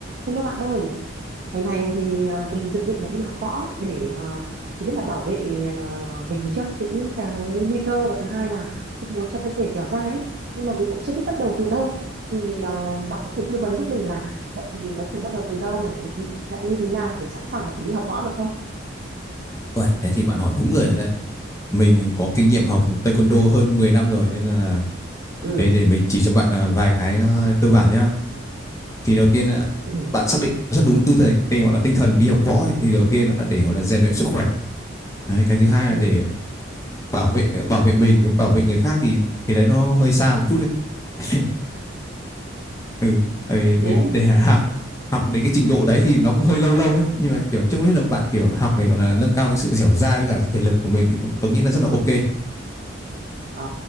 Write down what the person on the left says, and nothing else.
Uầy, thế thì bạn hỏi đúng người rồi đấy. Mình có kinh nghiệm học taekwondo hơn mười năm rồi nên là
để để mình chỉ cho bạn à, vài cái à, cơ bản nhá. Thì đầu tiên là
bạn xác định rất đúng tư thế tên gọi là tinh thần đi học võ ấy. Thì đầu tiên nó là để gọi là rèn luyện sức khỏe. Đấy, cái thứ hai là
để bảo vệ bảo vệ mình, bảo vệ người khác thì thì đấy nó hơi xa một chút đấy. <laughs> ừ tại vì để,
để học học đến cái trình độ đấy thì nó cũng hơi lâu lâu ấy nhưng mà kiểu chung hết là bạn kiểu học để gọi là nâng cao cái sự dẻo dai với cả thể lực của mình thì tôi, tôi nghĩ là rất là ok